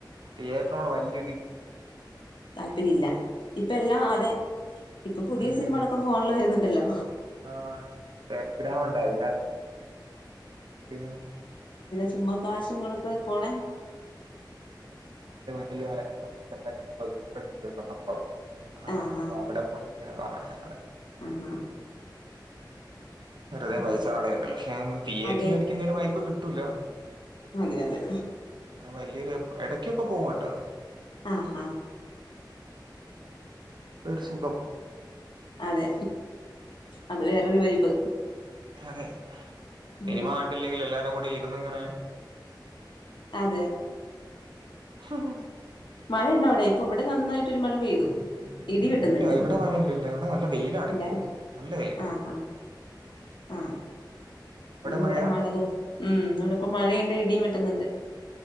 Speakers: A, on the right (about 70°); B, on the left (about 80°).
A: തിയേറ്ററ്നോട് വല്ല്യര് <unintelligible>
B: താല്പര്യല്ല ഇപ്പ എല്ലാ അതെ ഇപ്പൊ പുതിയ
A: ഉം
B: സിനിമ അടക്കം ഫോണ്ല് വരുന്നുണ്ടല്ലോ
A: ആഹ് ടെലിഗ്രാമുണ്ട് അയിൻ്റകത്ത് <unintelligible>
B: ചുമ്മ കാശും കൊടുത്ത് പോണേ
A: തിലെ <unintelligible> സംഭവം അ
B: ആഹ്
A: അപ്പൊ
B: ആഹ്
A: അവിടെ പോയിട്ട്ങ്ങനെ കാണും ഞങ്ങള്.
B: ആണോ
A: വെറുതെ
B: ഉം
A: പൈസ കളേണ്ടല്ലോ, ക്ഷെ തിയേറ്ററിലിരിക്കുന്നൊരു
B: അതെ
A: വൈബ് കിട്ടൂല.
B: അതെ അതെ
A: ആഹ് വല്ല്യൊരു എടയ്ക്കൊക്കെ പോവും കേട്ടോ.
B: ആഹാ
A: ഒരു സുഖം.
B: അതെ അത് വേറൊരു വൈബ്.
A: അതെ സിനിമ
B: ഉം
A: കണ്ടില്ലെങ്കിലും എല്ലാരു കൂടി ഇരിന്നിങ്ങനെ
B: അതെ
A: <unintelligible>
B: മഴയുണ്ടവിടെ? ഇപ്പൊവിടെ നന്നായിട്ടൊരു മഴ പെയ്തു. ഇടി വെട്ടുന്നുണ്ട്
A: ഇല്ല ഇവിടെ മഴ ഇല്ലല്ല ഇവിടെ നല്ല വെയിലാണിപ്പോ
B: ഇല്ലല്ലേ
A: നല്ല വെയില.
B: ആഹ് ആഹ് ആഹ് ഇന്നിവിടെ
A: മഴയാ
B: മഴ ദിവസ് ഉം ഇന്നിവിടിപ്പോ മഴയു ണ്ട് ഇടീം വെട്ടുന്നുണ്ട്.